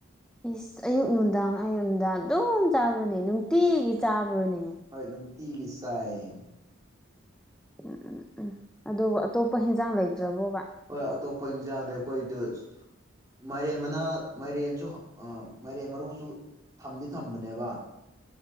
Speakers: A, in the centre; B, on the right (about 15°).
A: ꯏꯁ ꯑꯌꯨꯛ ꯅꯨꯡꯗꯥꯡ ꯑꯌꯨꯛ ꯅꯨꯡꯗꯥꯡ ꯑꯗꯨꯝ ꯆꯥꯕ꯭ꯔꯣꯅꯦ ꯅꯨꯡꯇꯤꯒꯤ ꯆꯥꯕ꯭ꯔꯣꯅꯦ
B: ꯍꯣꯏ ꯅꯨꯡꯇꯤꯒꯤ ꯆꯥꯏꯌꯦ
A: ꯎꯝ ꯎꯝ ꯎꯝ ꯑꯗꯨꯕꯨ ꯑꯇꯣꯞꯄ ꯍꯤꯟꯖꯥꯡ ꯂꯩꯇ꯭ꯔꯥꯕꯣꯕ
B: ꯍꯣꯏ ꯑꯇꯣꯞꯄ ꯏꯟꯖꯥꯡꯗꯩ ꯑꯩꯈꯣꯏꯗꯨ ꯃꯥꯏꯔꯦꯟ ꯃꯅꯥ ꯃꯥꯏꯔꯦꯟꯁꯨ ꯃꯥꯏꯔꯦꯟ ꯃꯥꯔꯨꯁꯨ ꯊꯝꯗꯤ ꯊꯝꯕꯥꯅꯦꯕ